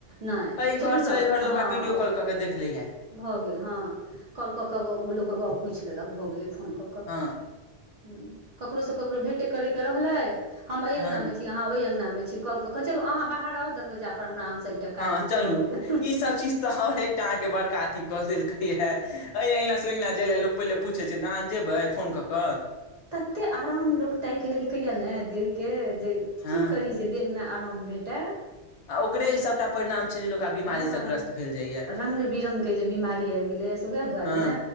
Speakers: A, on the right; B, on the left.
A: नहि
B: एहि घर
A: चलू
B: से एहि घर लोक
A: हँ
B: आ वीडियो कॉल कऽ के देख लैया
A: भऽ गेल हँ कॉल कऽ कऽ लोकके गप पूछि लेलक भऽ गेलै फोन कऽ कऽ
B: हँ
A: हूँ ककरो सँ ककरो भेटे करे के रहलै हम एहि
B: हँ
A: अंगनामे छी अहाँ ओहि अंगनामे छी कॉल कऽ कऽ चलू अहाँ बाहर आउ दरवजा पर हमरा एकटा काज
B: हँ
A: अइ
B: चलू
A: भऽ गेलै
B: ई सब चीज तऽ आओर एकटा अहाँके बड़का अथी कऽ देलकै ये अइ यइ इ अंगना सँ ओइ अंगना जाय लए लोक पहिले पूछै छै अहाँ जेबै फोन कऽ कऽ
A: तते आराम लोक ताकि लेलकै या ने देह के जे
B: हँ
A: की करी जे देहमे आर आराम भेटा
B: आ ओकरे ई सबटा परिणाम छै जे लोक आब बीमारी
A: ह
B: से ग्रस्त भेल जाइया
A: रंग बिरंग के जे बिमारी आबि गेलेया से वैह दुआरे
B: हँ
A: ने